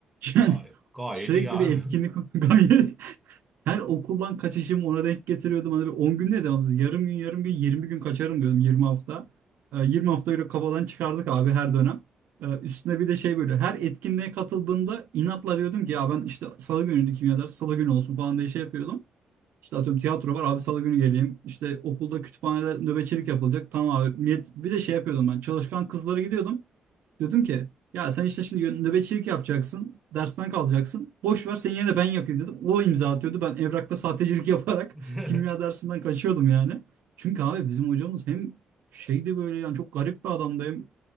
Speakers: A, on the right; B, in the centre.
A: Yani
B: Gayet, gayet
A: sürekli
B: iyi abi.
A: bir etkinlik <laughs> gayet Her okuldan kaçışımı ona denk getiriyordum. Hani bir 10 gün ne devamsız? Yarım gün, yarım gün, 20 gün kaçarım diyordum. 20 hafta. Ee, 20 hafta öyle kafadan çıkardık abi her dönem. Ee, üstüne bir de şey böyle her etkinliğe katıldığımda inatla diyordum ki ya ben işte salı günüydü kimya dersi salı günü olsun falan diye şey yapıyordum. İşte atıyorum tiyatro var abi salı günü geleyim. İşte okulda kütüphanede nöbetçilik yapılacak. Tamam abi. Millet- Bir de şey yapıyordum ben çalışkan kızlara gidiyordum. Diyordum ki ya sen işte şimdi yön- nöbetçilik yapacaksın. Dersten kalacaksın. Boş ver sen yine de ben yapayım dedim. O imza atıyordu. Ben evrakta sahtecilik <laughs> yaparak
B: <laughs>
A: kimya dersinden kaçıyordum yani. Çünkü abi bizim hocamız hem şeydi böyle yani çok garip bir adamdı. Hem